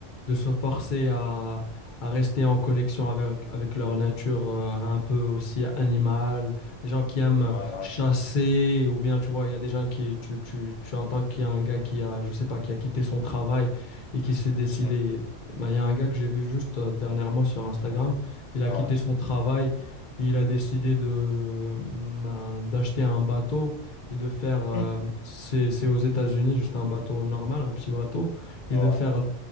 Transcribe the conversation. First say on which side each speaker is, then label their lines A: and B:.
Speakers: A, on the left; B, on the left.
A: de se forcer à, à rester en connexion avec, avec leur nature, euh, un peu aussi animale. Des gens qui aiment
B: Ouais, ouais.
A: chasser, ou bien, tu vois, il y a des gens qui, tu, tu, tu entends qu'il y a un gars qui a, je sais pas, qui a quitté son travail et qui s'est décidé.
B: Mhm.
A: Ben, il y a un gars que j'ai vu juste euh, dernièrement sur Instagram, il
B: Ouais,
A: a
B: ouais.
A: quitté son travail, il a décidé de, ben, d'acheter un bateau et de faire,
B: <laughs>
A: euh, c'est, c'est aux États-Unis, juste un bateau normal, un petit bateau, et
B: Hum.
A: de
B: Ouais,
A: faire,
B: ouais.